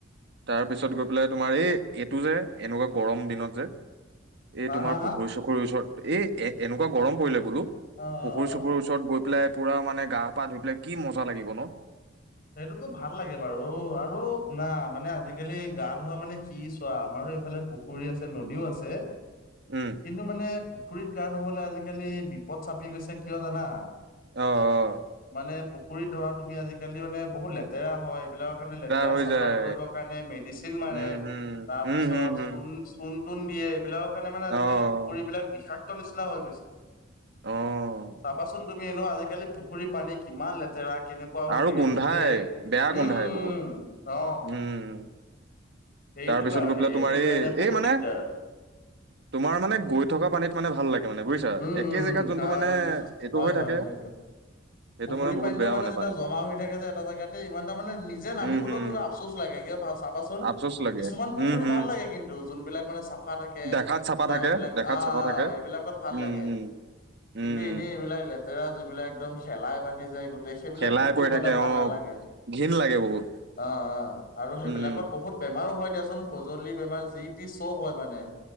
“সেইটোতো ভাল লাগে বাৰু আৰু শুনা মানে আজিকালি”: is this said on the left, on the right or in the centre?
Left